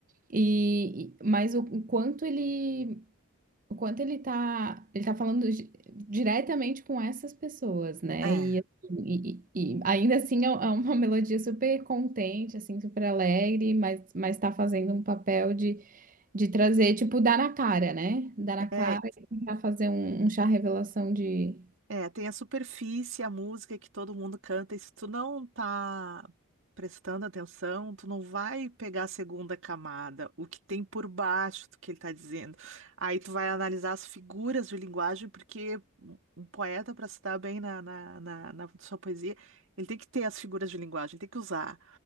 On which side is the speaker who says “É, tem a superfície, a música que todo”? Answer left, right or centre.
Right